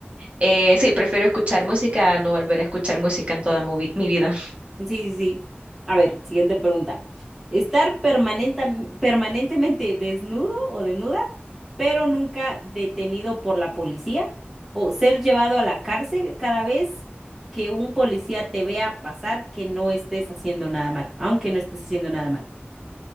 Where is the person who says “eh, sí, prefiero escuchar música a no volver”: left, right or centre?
Right